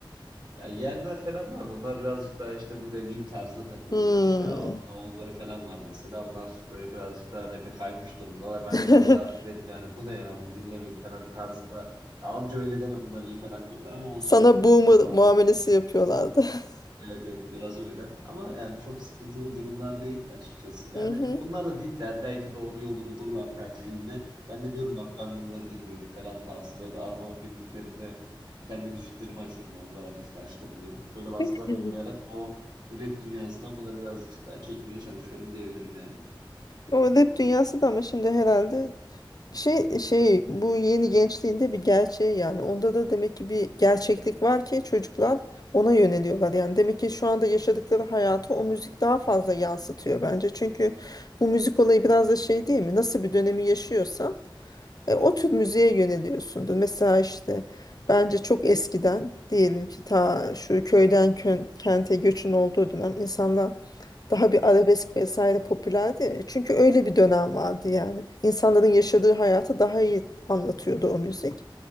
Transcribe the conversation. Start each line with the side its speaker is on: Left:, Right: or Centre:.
Right: Ya yeğenler falan vardı. Onlar birazcık daha işte bu dediğim tarzda takılıyorlar.
Left: Hmm.
Right: İşte abi ne onları falan var mesela. Onlar böyle birazcık daha rap'e kaymış durumdalar. Ben
Left: <laughs>
Right: de arada derim yani bu ne ya bunu dinlemeyin falan tarzında. Ya amca öyle deme bunlar iyi falan diyorlar ama olsun
Left: Sana
Right: yani.
Left: boomer
Right: Çok fazla
Left: muamelesi yapıyorlardı. <laughs>
Right: Evet evet biraz öyle ama yani çok sıkıntılı durumlar değil açıkçası. Yani
Left: Mhm.
Right: onlar da dinler belki doğru yolu bulurlar tercihinde. Ben de diyorum bak ben bunları dinliyorum falan tarzında ya da arabama bindiklerinde kendi müziklerimi açıyorum. Yani onlara müzik açtırmıyorum. Böyle baskılar
Left: <laughs>
Right: uygulayarak o rap dünyasından bunları birazcık daha çekmeye çalışıyorum diyebilirim yani.
Left: O rap dünyası da ama şimdi herhalde şey şey bu yeni gençliğinde bir gerçeği yani onda da demek ki bir gerçeklik var ki çocuklar ona yöneliyorlar yani demek ki şu anda yaşadıkları hayatı o müzik daha fazla yansıtıyor bence çünkü bu müzik olayı biraz da şey değil mi nasıl bir dönemi yaşıyorsan e, o tür müziğe yöneliyorsundur. Mesela işte bence çok eskiden diyelim ki ta şu köyden kö- kente göçün olduğu dönem insanlar daha bir arabesk vesaire popülerdi. Çünkü öyle bir dönem vardı yani. İnsanların yaşadığı hayatı daha iyi anlatıyordu o müzik.